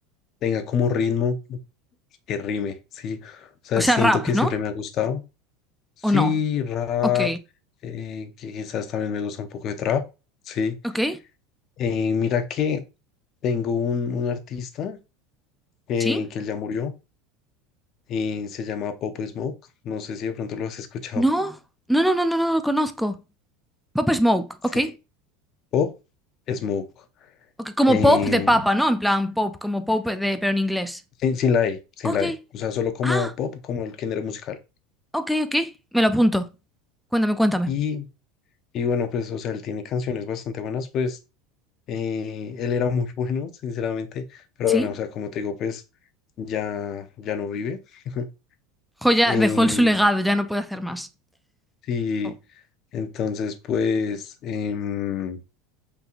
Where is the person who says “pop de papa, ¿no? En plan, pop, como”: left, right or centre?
Centre